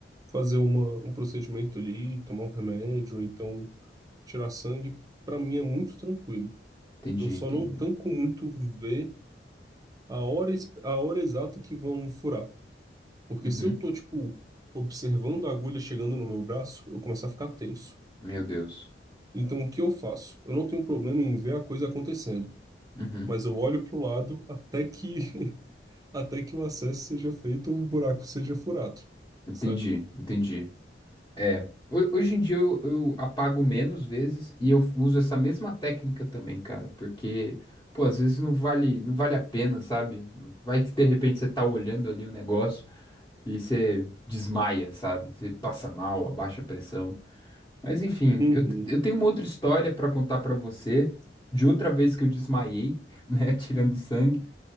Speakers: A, on the right (about 20°); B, on the left (about 15°).
A: fazer uma, um procedimento ali, tomar um remédio, então tirar sangue, para mim é muito tranquilo.
B: Entendi,
A: Eu só
B: entendi.
A: não tanco muito ver a hora, es- a hora exata que vão furar. Porque
B: Uhum.
A: se eu tô, tipo, observando a agulha chegando no meu braço, eu começo a ficar tenso.
B: Meu Deus.
A: Então, o que eu faço? Eu não tenho problema em ver a coisa acontecendo,
B: Uhum.
A: mas eu olho pro lado até que <laughs> até que o acesso seja feito ou o buraco seja furado,
B: Entendi,
A: sabe?
B: entendi. É. Ho- Hoje em dia eu, eu apago menos vezes e eu uso essa mesma técnica também, cara, porque, pô, às vezes não vale, não vale a pena, sabe? Vai que de repente você tá olhando ali um negócio e você desmaia, sabe? Você passa mal, abaixa a pressão. Mas enfim,
A: Uhum.
B: eu, eu tenho uma outra história pra contar pra você de outra vez que eu desmaiei, <laughs> né, tirando sangue.